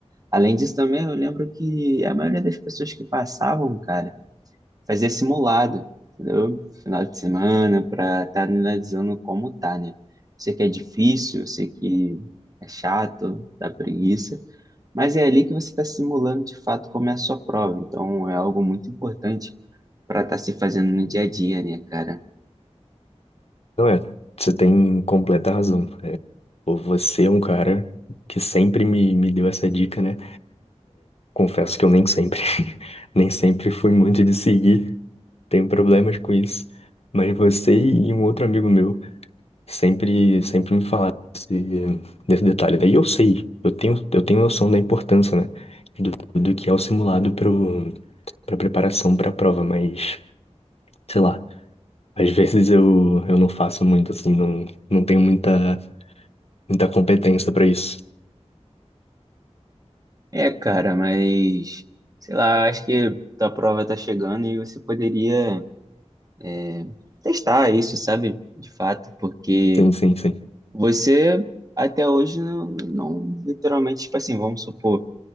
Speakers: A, on the right; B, on the left.
A: Além disso, também eu lembro que a maioria das pessoas que passavam, cara, fazer simulado, entendeu? Final de semana, para estar analisando como tá, né? Sei que é difícil, eu sei que é chato, dá preguiça, mas é ali que você está simulando de fato como é a sua prova. Então é algo muito importante para estar se fazendo no dia a dia, né, cara?
B: Não é. Você tem completa razão. Pô, Você é um cara que sempre me, me deu essa dica, né? Confesso que eu nem sempre, <laughs> nem sempre fui muito de seguir. Tenho problemas com isso. Mas você e um outro amigo meu Sempre, sempre me falaram desse, desse detalhe. Daí eu sei, eu tenho, eu tenho noção da importância, né? Do, do que é o simulado para preparação para a prova, mas, sei lá, às vezes eu, eu não faço muito, assim, não, não tenho muita, muita competência para isso.
A: É, cara, mas sei lá, acho que a prova tá chegando e você poderia é, testar isso, sabe? De fato, porque
B: Sim, sim, sim.
A: Você até hoje não, não literalmente, tipo assim, vamos supor,